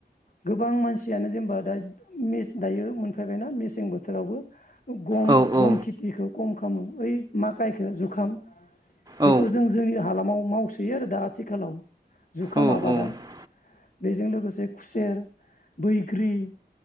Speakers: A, on the left (about 50°); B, on the right (about 20°).
A: गोबां मानसियानो जेनेबा दा दायो मोनफैबायना मेसें बोथोरावबो गम
B: औ औ
A: गम खेथिखौ खम खा ओम ओइ मा गायखो जुखाम। बेखौ
B: औ
A: जों जोंनि हालामाव माव सोयो आरो दा आथिखालाव जुखाम
B: औ
A: आबादा
B: औ
A: बेजों लोगोसे खुसेर बैग्रि।